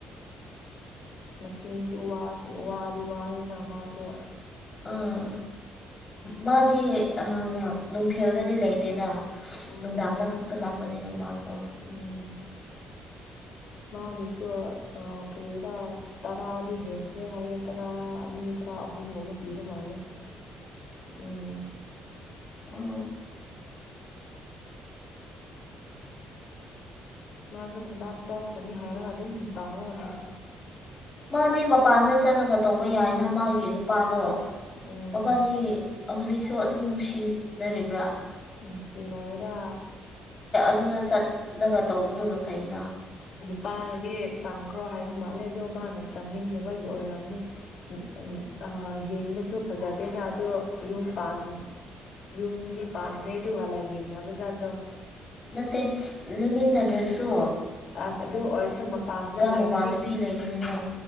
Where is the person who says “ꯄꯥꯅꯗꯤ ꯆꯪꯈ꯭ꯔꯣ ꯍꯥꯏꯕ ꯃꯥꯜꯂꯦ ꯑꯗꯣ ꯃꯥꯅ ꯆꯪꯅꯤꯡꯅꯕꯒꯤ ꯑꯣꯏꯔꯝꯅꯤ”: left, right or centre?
Left